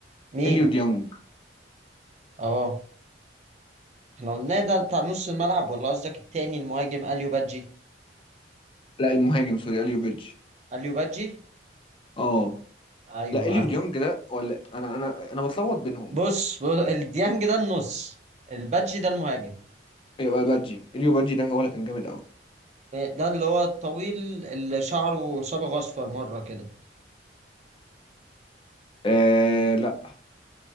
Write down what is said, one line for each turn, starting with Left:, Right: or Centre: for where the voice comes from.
Right: مين؟
Left: اليو ديونج
Right: اه احنا قلناه ده بتاع نص الملعب ولا قصدك التاني المهاجم اليو بادجي
Left: لا المهاجم سوري اليو بيدجي
Right: اليو بادجي
Left: اه
Right: ايوه
Left: لا اليو
Right: عارف
Left: ديونج ده ولا انا انا انا بتلخبط بينهم
Right: بص, بص الديانج ده النص البادجي ده المهاجم
Left: ايوه البادجي اليو بادجي ده هو اللي كان جامد قوي
Right: ده اللي هو الطويل اللي شعره صبغ اصفر مره كده
Left: آه لا